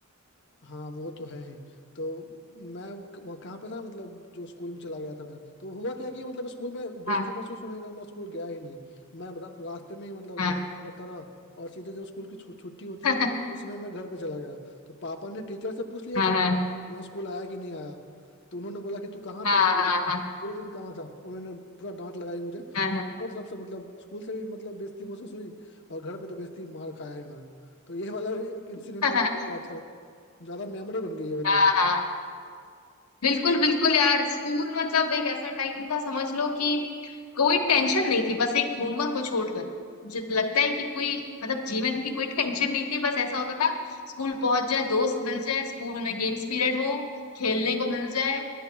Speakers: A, on the left; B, on the left.
A: हाँ वो तो है ही तो मैं क- वहाँ- कहाँ पे था मतलब जो स्कूल में चला गया था मैं तो हुआ क्या कि मतलब स्कूल में बेइज्जती
B: हाँ
A: महसूस होने के कारण मैं स्कूल गया ही नहीं मैं रा- रास्ते में ही मतलब
B: हाँ
A: इधर उधर करता रहा और सीधे जब स्कूल की छु, छुट्टी होती
B: <laughs>
A: है उस समय मैं घर पे चला गया तो पापा ने टीचर से पूछ लिया
B: हाँ
A: था कि
B: हाँ
A: मैं स्कूल आया कि नहीं आया तो उन्होंने बोला कि तू कहाँ
B: हाँ
A: था पूरे
B: हाँ
A: दिन
B: हाँ
A: पूरे दिन कहाँ था उन्होंने पूरा डांट लगाई मुझे हम
B: हाँ
A: दोनों तरफ से मतलब स्कूल से भी मतलब बेइज्जती महसूस हुई और घर पे तो बेइज्जती मार खाया ही मैं तो ये वाला इंसिडेंट
B: हाँ
A: मुझे
B: हाँ,
A: ज्यादा अच्छा ज्यादा मेमोरी बन गई है वो
B: हाँ।
A: तो
B: हाँ। बिल्कुल बिल्कुल यार स्कूल मतलब एक ऐसा टाइम था समझ लो कि कोई टेंशन नहीं थी बस एक होमवर्क को छोड़कर मुझे लगता है कि कोई मतलब जीवन की कोई टेंशन नहीं थी बस ऐसा होता था स्कूल पहुंच जाए दोस्त मिल जाए स्कूल में गेम्स पीरियड हो खेलने को मिल जाए